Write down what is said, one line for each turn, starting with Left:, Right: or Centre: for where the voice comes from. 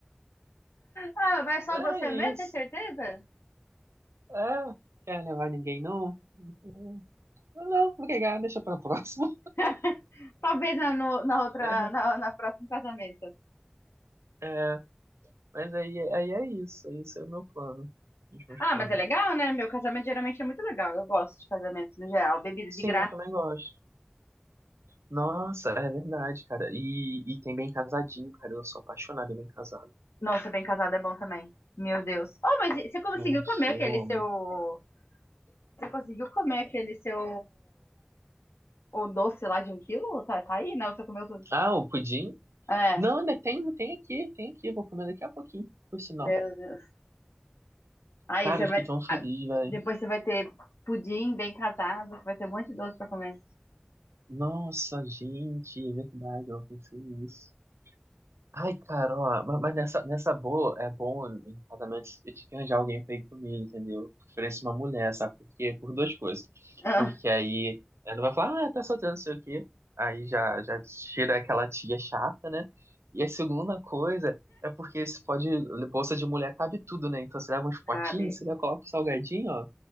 Left: Ah, mas só
Right: é
Left: você mesmo,
Right: isso.
Left: tem certeza?
Right: É, quer levar ninguém não? Não, não, obrigado, deixa pra próxima.
Left: <laughs> Talvez na, no- na outra,
Right: <laughs>
Left: na, na próximo casamento.
Right: É, mas aí, aí é isso, esse é o meu plano, os meus
Left: Ah,
Right: planos.
Left: mas é legal, né? Meu casamento geralmente é muito legal. Eu gosto de casamentos no geral. Bebida
Right: Sim,
Left: de graça.
Right: eu também gosto. Nossa, é verdade, cara. E, e tem bem casadinho, cara. Eu sou apaixonado em bem casado.
Left: Nossa, bem casado é bom também. Meu Deus. Oh, mas você conseguiu
Right: Nossa,
Left: comer aquele
Right: eu amo.
Left: seu. Você conseguiu comer aquele seu. O doce lá de um quilo? Tá, tá aí, né? Você comeu tudo.
Right: Ah, o pudim?
Left: É,
Right: Não, ainda tem, tem aqui, tem aqui. Eu vou comer daqui a pouquinho, por sinal.
Left: meu Deus. Aí
Right: Cara,
Left: você
Right: eu
Left: vai.
Right: fiquei tão feliz,
Left: ah,
Right: velho.
Left: Depois você vai ter pudim bem casado. Vai ter um monte de doce pra comer.
Right: Nossa, gente, é verdade, eu não pensei nisso. Ai, cara, ó, ma- mas nessa, nessa boa, é bom em casamentos eu te arranjar alguém pra ir comigo, entendeu? Preferência uma mulher, sabe? porque Por duas coisas.
Left: <laughs>
Right: Porque aí ela não vai falar, ah, tá solteiro, não sei o quê. Aí já, já tira aquela tia chata, né? E a segunda coisa é porque você pode, bolsa de mulher cabe tudo, né? Então você leva uns potinhos,
Left: sabe?
Right: você já coloca o salgadinho, ó.